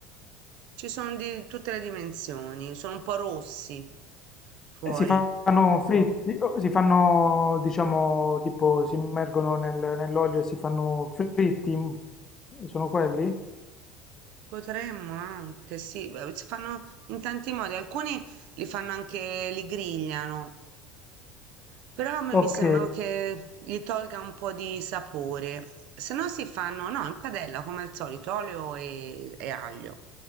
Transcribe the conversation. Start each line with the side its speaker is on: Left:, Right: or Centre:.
Right: Ci sono di tutte le dimensioni, sono un po' rossi fuori.
Left: E si fanno fritti, o si fanno, diciamo, tipo, si immergono nel- nell'olio e si fanno fritti? Sono quelli?
Right: Potremmo anche, sì, beh, si fanno in tanti modi, alcuni li fanno anche, li grigliano, però a me
Left: Ok,
Right: mi sembra che gli tolga un po' di sapore, se no si fanno, no, in padella come al solito, olio e, e aglio,